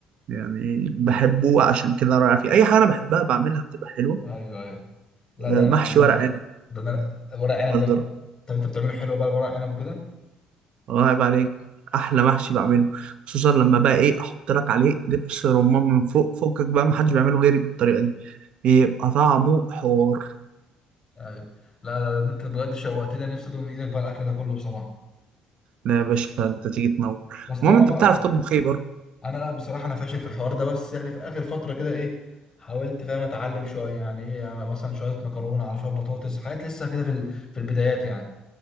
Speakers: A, on the right; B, on the left.
A: يعني بحبه عشان كده رائع فيه اي حاجه انا بحبها بعملها بتبقى حلوه
B: ايوه ايوه لا
A: آه،
B: ده
A: محشي
B: انا ده
A: ورق عنب
B: ده انا ورق عنب
A: برضه
B: ده
A: رائع
B: طب انت بتعمله حلو بقى ورق عنب وكده
A: الله يعيب عليك احلى محشي بعمله خصوصا لما بقى ايه احط لك عليه دبس رمان من فوق فوقك بقى محدش بيعمله غيري بالطريقه دي بيبقى طعمه حوار
B: ايوه لا لا ده انت بجد شوقتني انا نفسي ادوق من ايدك بقى الاكل ده كله بصراحه
A: لا يا باشا انت تيجي تنور
B: بس طالما
A: المهم انت بتعرف
B: بقى
A: تطبخ ايه برضه
B: انا لا بصراحه انا فاشل في الحوار ده بس يعني في اخر فتره كده ايه حاولت فاهم اتعلم شويه يعني ايه مثلا شويه مكرونه على شويه بطاطس حاجات لسه كده في ال- في البدايات يعني